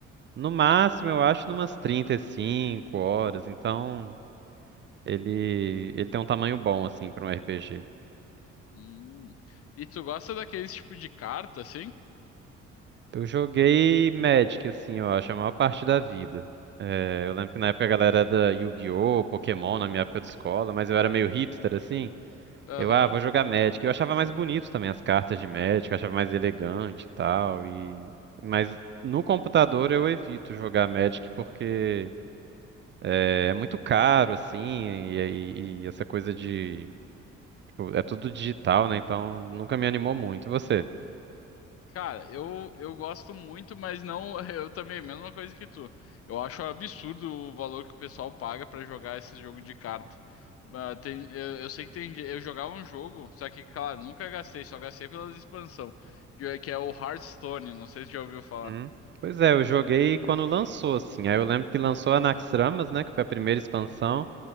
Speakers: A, on the right; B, on the left.
A: no máximo eu acho numas 35 horas. Então ele ele tem um tamanho bom assim pra um RPG.
B: Hum. E tu gosta daqueles tipo de carta, assim?
A: Eu joguei Magic assim, eu acho a maior parte da vida. É, eu lembro que na época a galera era da Yu-Gi-Oh, Pokémon na minha época de escola, mas eu era meio hipster assim.
B: Aham.
A: Eu, ah, vou jogar Magic. Eu achava mais bonito também as cartas de Magic, eu achava mais elegante e tal. E... Mas no computador eu evito jogar Magic porque é muito caro, assim, e, e- e essa coisa de. tipo, é tudo digital, né? Então nunca me animou muito. E você?
B: Cara, eu, eu gosto muito, mas não. <laughs> Eu também, mesma coisa que tu. Eu acho absurdo o valor que o pessoal paga pra jogar esse jogo de carta. Ah, tem, eu, eu sei que tem. ge- Eu jogava um jogo, só que, claro, nunca gastei, só gastei pelas expansão, que é que é o Hearthstone. Não sei se já ouviu falar.
A: Hum? Pois é, eu joguei quando lançou, assim. Aí eu lembro que lançou a Naxxramas, né? Que foi a primeira expansão.